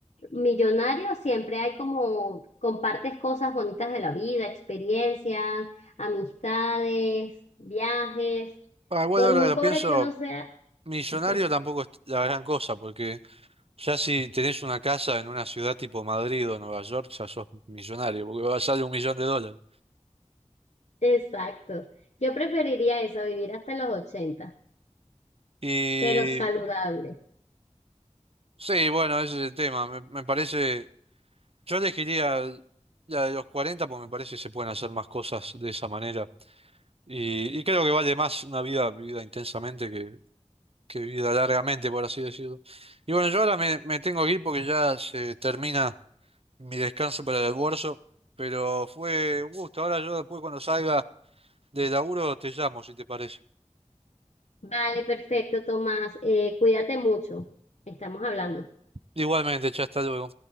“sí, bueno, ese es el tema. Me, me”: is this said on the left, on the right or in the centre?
Right